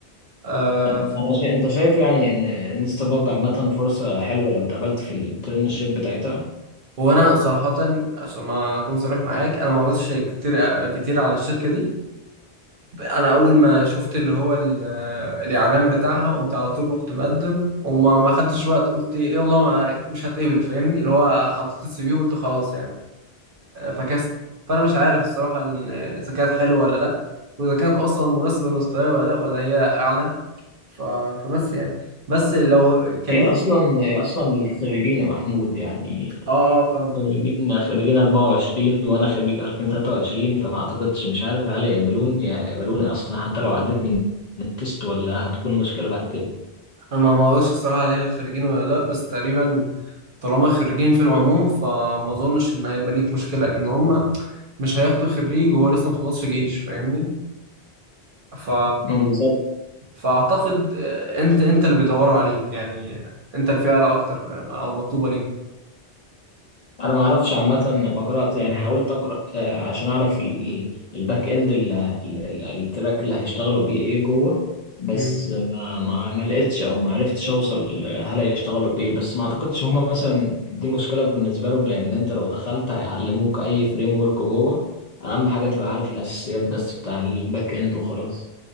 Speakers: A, on the right; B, on the left.
A: آه،
B: انا شا... انت شايف يعني ان انستا باج عامه فرصه حلوه لو اتقبلت في الانترنشيب بتاعتها
A: وانا صراحه عشان ما اكون صريح معاك انا ما قريتش كتير كتير على الشركه دي انا اول ما شفت اللي هو ال- الاعلان بتاعها قمت على طول رحت مقدم وما ما خدتش وقت قلت إيه، يلا ما- مش هتقبل فاهمني اللي هو حطيت السي في وقلت خلاص يعني آه، فكست فانا مش عارف الصراحه ال- اذا كانت حلوه ولا لا واذا كانت اصلا مناسبه لمستواي ولا لا ولا هي اعلى ف... فبس يعني بس لو كليك
B: هي اصلا هي اصلا الخريجين يا محمود يعني
A: اه اه فاهمك
B: خريجين خريجين 24 وانا خريج 2023 فما اعتقدش مش عارف هل يقبلوني يقبلوني اصلا حتى لو عديت من التست ولا هتكون مشكله بعد كده
A: انا ما ما اقولش الصراحه عليها الخريجين ولا لا بس تقريبا طالما خريجين في العموم فما اظنش ان هيبقى ليك مشكله لان هم مش هياخدوا خريج وهو لسه ما خلصش جيش فاهمني ف...
B: ما بالظبط
A: فاعتقد آه، انت انت اللي بيدوروا عليك يعني انت الفئه الاكتر آه، او المطلوبه
B: انا ما اعرفش عامه ما قرات يعني حاولت اقرا آه، عشان اعرف ال- الباك اند ال- ال- ال- التراك اللي هيشتغلوا بيه ايه جوه بس
A: ليهم
B: ما ما ما لقيتش او ما عرفتش اوصل هل هيشتغلوا بايه بس ما اعتقدش هما مثلا دي مشكله بالنسبه لهم لان انت لو دخلت هيعلموك اي فريم ورك جوه اهم حاجه تبقى عارف الاساسيات بس بتاع الباك اند وخلاص